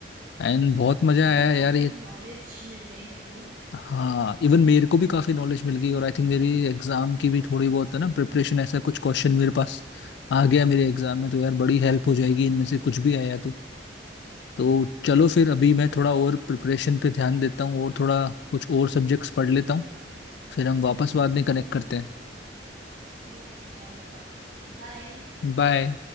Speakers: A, on the left; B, on the right.
A: एंड बहुत मजा
B: एंड
A: आया
B: काफी
A: यार ये
B: नॉलेज मिल गई मेरे को
A: हाँ इवन मेरे को भी काफी नॉलेज मिल गई और आई थिंक मेरी एग्जाम की भी थोड़ी बहुत है ना प्रिपरेशन ऐसा कुछ क्वेश्चन मेरे पास आ गया मेरे एग्जाम में तो यार बड़ी हेल्प हो जाएगी इनमें से कुछ भी आया तो तो चलो फिर
B: ठीक
A: अभी मैं
B: है
A: थोड़ा और प्रिपरेशन पे ध्यान देता हूँ और थोड़ा कुछ और सब्जेक्ट्स पढ़ लेता हूँ फिर हम वापस बाद में कनेक्ट करते हैं
B: ओके चलो पक्का बाय
A: बाय